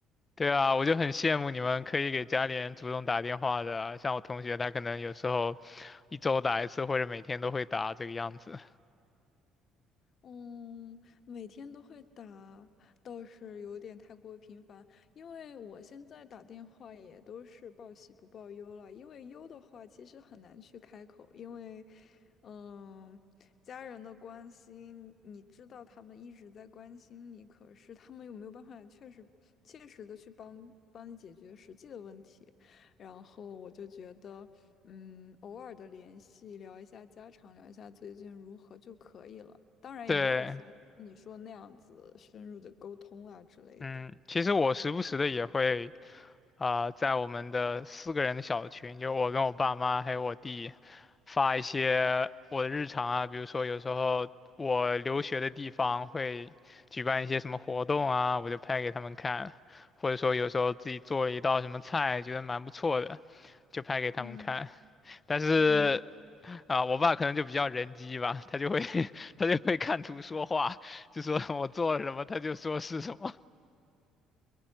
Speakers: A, on the left (about 30°); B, on the left (about 50°).
A: 对啊，我就很羡慕你们可以给家里人主动打电话的啊像我同学他可能有时候
B: 嗯
A: 一周打一次，或者每天都会打这个样子。
B: 嗯，每天都会打，倒是有点太过于频繁。因为我现在打电话也都是报喜不报忧了，因为忧的话其实很难去开口，因为，嗯，家人的关心，你知道他们一直在关心你，可是他们又没有办法确实切实的去帮帮你解决实际的问题？然后我就觉得，嗯，偶尔的联系，聊一下家常，聊一下最近如何就可以了。当然也没有说你说那样子深入的沟通啊之类的。
A: 对，嗯，其实我时不时的也会。啊、在我们的四个人的小群，就我跟我爸妈还有我弟，发一些我的日常啊，比如说有时候我留学的地方会举办一些什么活动啊，我就拍给他们看，或者说有时候自己做了一道什么菜，觉得蛮不错的，就拍给他们看。
B: 嗯
A: 但是
B: 嗯，
A: 啊、我爸可能就比较人机吧，他就会 <laughs> 他就会看图说话，就说我做了什么，他就说是什么。